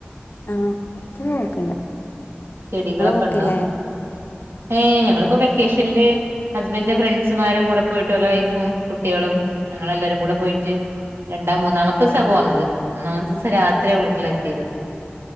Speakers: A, on the left; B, on the right.
A: ആഹ് പുറത്തൊക്കെ പോക്കുണ്ട്
B: ചെടികളൊക്കെ
A: നിങ്ങള് പോക്കില്ലേ
B: ഇണ്ടോ ഏ ഞങ്ങളിപ്പോ വെക്കേഷനില് ഹസ്ബനിന്റെ ഫ്രണ്ട്സ്മാരു കൂടെ പോയിട്ടലെ വൈഫും കുട്ടികളും ഞങ്ങളെല്ലാരും കൂടെ പോയിട്ട് രണ്ടാം മൂന്നാമത്തെസ വന്നത് ഒന്നാമത്തെ ദിവസ രാത്രിയ വീട്ടിലെത്തിയത്.